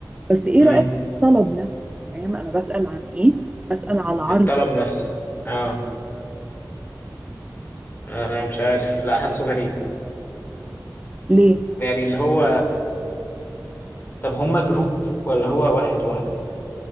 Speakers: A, on the right; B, on the left.
A: بس ايه
B: مم.
A: رأيك في الطلب نفسه فاهم انا بسأل عن ايه بسأل على العرض
B: الطلب
A: نفسه.
B: نفسه اه آه، مش عارف لا حاسه غريب
A: ليه
B: يعني اللي هو طب هما جروب ولا هو واحد واحدة